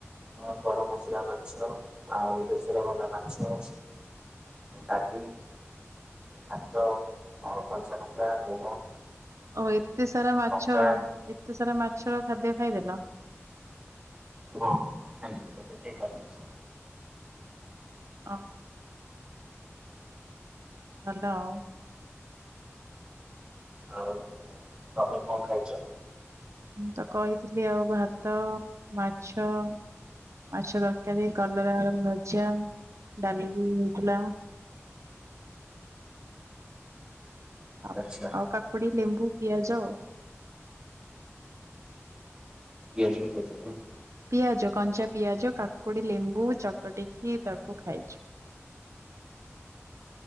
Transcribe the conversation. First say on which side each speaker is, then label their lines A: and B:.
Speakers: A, on the right; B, on the right.
A: ହଁ ଗରମ ମସଲା ମାଛ ଆଉ ବେସର ବାଲା ମାଛ ଡାଲି ଭାତ କଞ୍ଚାଲଙ୍କା ଲୁଣ।
B: ଓ ଏତେ ସାରା ମାଛ
A: ଲଙ୍କା
B: ଏତେ ସାରା ମାଛର ଖାଦ୍ୟ ଖାଇଦେଲ?
A: ହଁ ହଁ ଖାଇଲି ପେଟେ ଖାଇଛି।
B: ହଁ। ଭଲ ଆଉ।
A: ଆଉ ତମେ କଣ ଖାଇଛ?
B: ମୁଁ ତ କହିଥିଲି ଆଉ ଭାତ ମାଛ ମାଛ ତରକାରୀ କଲରା ଭଜା ଡାଲି ବି ହେଇଥିଲା। ହଉ
A: ଆଚ୍ଛା।
B: ଆଉ କାକୁଡି ଲେମ୍ବୁ ପିଆଜ ଆଉ।
A: ପିଆଜି ବି ଖାଇଥିଲ।
B: ପିଆଜ କଞ୍ଚା ପିଆଜ କାକୁଡି ଲେମ୍ବୁ ଚକଟିକି ତାକୁ ଖାଇଛି।